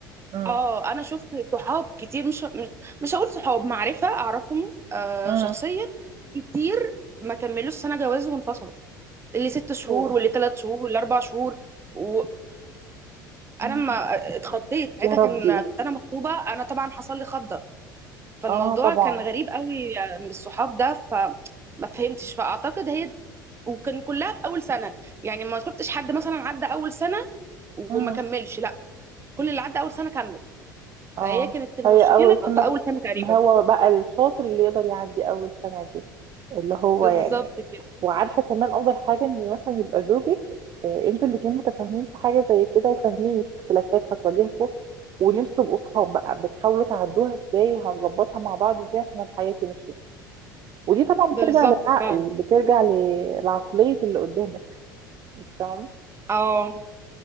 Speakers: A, on the right; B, on the right.
A: مم.
B: اه انا شفت صحاب كتير مش مش مش هقول صحاب معرفه اعرفهم آه
A: مم.
B: شخصيا كتير ما كملوش سنه جواز وانفصلوا اللي ست شهور
A: أوه.
B: واللي ثلاث شهور واللي اربع شهور وانا
A: مم.
B: ما اتخضيت ساعتها
A: يا ربي
B: كان كنت انا مخطوبه انا طبعا حصل لي خضه فالموضوع
A: اه طبعا
B: كان غريب قوي من الصحاب ده فما فهمتش فاعتقد هي دي- وكان كلها في اول سنه يعني ما شفتش حد مثلا عدى اول سنه وما
A: مم.
B: كملش لا كل اللي عدى اول سنه كمل
A: اه
B: فهي كانت المشكله
A: هي اول سنه
B: في اول سنه تقريبا
A: ما هو بقى الشاطر اللي يقدر يعدي اول سنه دي اللي هو
B: بالظبط
A: يعني
B: كده
A: وعارفه كمان افضل حاجه ان مثلا يبقى زوجك آه، انتوا الاتنين متفاهمين في حاجه زي كده وفاهمين في اختلافات هتواجهكم وان انتوا تبقوا صحاب بقى بتحاولوا تعدوها ازاي وهنظبطها مع بعض ازاي عشان الحياه تمشي ودي طبعا
B: بالظبط
A: بترجع للعقل
B: فعلا
A: بترجع ل- لعقليه اللي قدامك انت فاهمه
B: اه